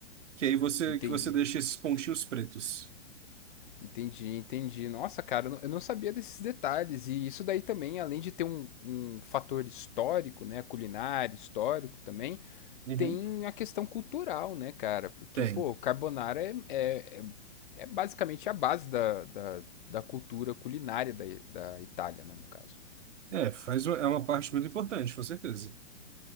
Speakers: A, on the right (about 85°); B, on the left (about 45°).
A: Que aí você
B: Entendi.
A: que você deixa esses pontinhos pretos.
B: Entendi, entendi. Nossa, cara, eu não eu não sabia desses detalhes. E isso daí também, além de ter um, um fator histórico, né, culinário, histórico também,
A: Uhum.
B: tem a questão cultural, né, cara? Porque,
A: Tem.
B: pô, carbonara é, é, é- é basicamente a base da, da, da cultura culinária da, da Itália, né, no caso.
A: É, faz uma- é uma parte muito importante, com certeza.